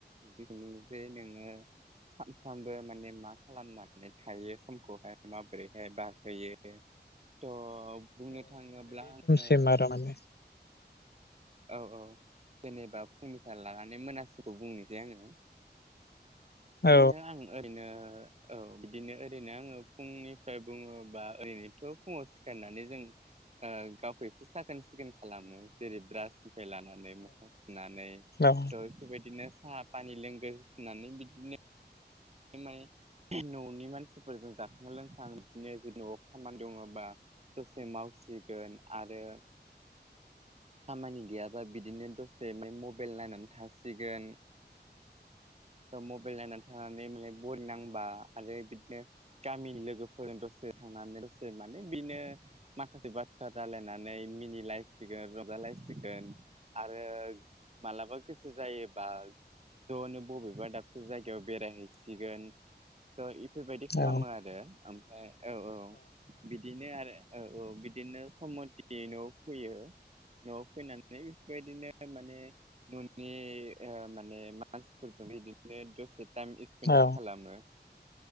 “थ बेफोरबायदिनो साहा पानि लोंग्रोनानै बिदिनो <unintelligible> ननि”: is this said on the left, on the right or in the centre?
Right